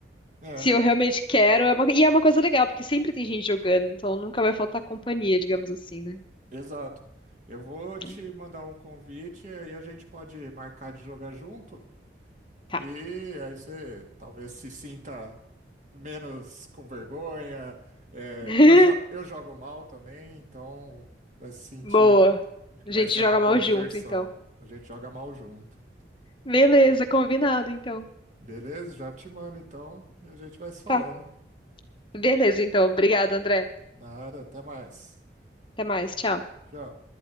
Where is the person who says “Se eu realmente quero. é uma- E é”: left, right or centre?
Left